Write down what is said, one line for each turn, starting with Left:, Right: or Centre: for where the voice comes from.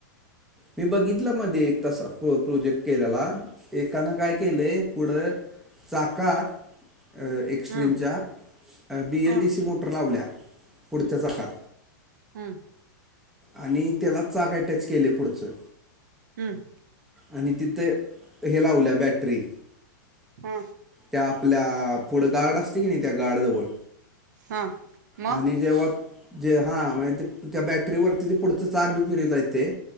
Centre: मी बघितलं मध्ये एक तसा प्रोजेक्ट केल्याला एकानं काय केलंय पुढं चाकात एक्स्ट्रीमच्या
Right: ह
Centre: बी एल
Right: ह
Centre: डी सी मोटर लावल्या पुढच्या जकात
Right: हम्
Centre: आणि त्याला चाक अटॅच केले पुढचं
Right: हम्म
Centre: आणि तिथे हे लावल्या बॅटरी
Right: हा
Centre: त्या आपल्या पुढं गार्ड असते की नाही त्या गार्डजवळ
Right: हा मग
Centre: आणि जेव्हा जे हा म्हणजे ते त्या बॅटरीवररती ते पुढच चाग बी फिरता येत